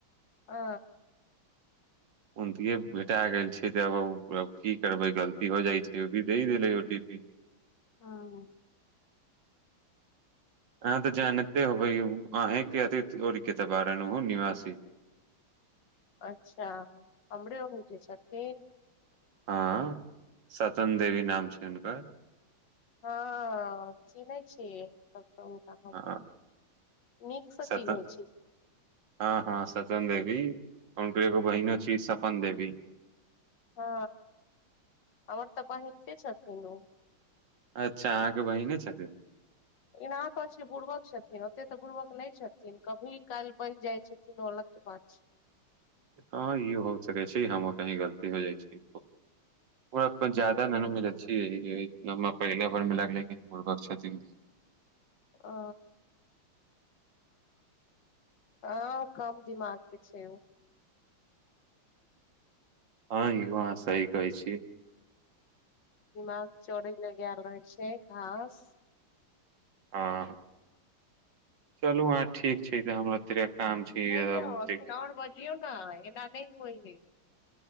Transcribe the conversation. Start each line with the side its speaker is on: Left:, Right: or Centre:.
Left: आ
Right: उन्ते भेटा गेल छै त ओकरा तब की करबै गलती हो जाइ छै ओ भी द देलै ओ टी पी
Left: हँ
Right: अह तऽ जानते होबै अहे क अथि ओ कत बारहन निवासी
Left: अच्छा हमरे हो जे छथिन
Right: हँ सतन देवी नाम छै हुनकर
Left: हँ चिहै छियै त तऽ हम
Right: हँ
Left: नीकसँ
Right: सतन
Left: चिन्है छी
Right: हँ हँ सतन देवी कन कर एक बहिन अ छी सपन देवी
Left: हँ हमर तऽ बहिन के छथिन
Right: अच्छा अहाँके बहिने छथिन
Left: एना कर छ बुर्बक छथिन ओते तऽ बुर्बक नहि छथिन कभी काल्हि बनि जाइ छथिन ओलग के बात छै
Right: हँ ई हो सकै छै हमर कही गलती हो जाइ छै ओ अपन ज्याददा नहिनू मिलै छीय पहिले भर मे लेकिन बुरबक छथिन
Left: ओ ह कम दिमाग के छै
Right: हँ इहो अहाँ सही कहै छी
Left: दिमाग चरैय लय गेल रहै छै घास
Right: हँ चलू हँ ठीक छै तऽ हमरा तनि काम छै
Left: नहि
Right: यअ
Left: यौ
Right: ओते
Left: अखन आओर बजियौ ने एना नहि होए हे